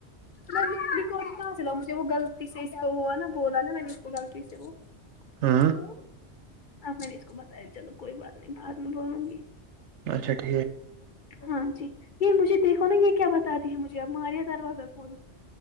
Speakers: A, on the left; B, on the right.
A: میں نے کہاں سےلا مجھے وہ غلط سے کو ہوا نا بولا نا میں نے اس کو غلطی سے وہ <unintelligible>
B: ہوں
A: ہاں آپ میں نے اس کو بتایا چلو کوئی بات نہیں بعات میں بولوں گی <unintelligible>
B: اچھا ٹھیک
A: ہاں جی یہ مجھے دیکھو نا یہ کیا بتا دی ہے مجھے اب ماریا دروازہ کھولو <unintelligible>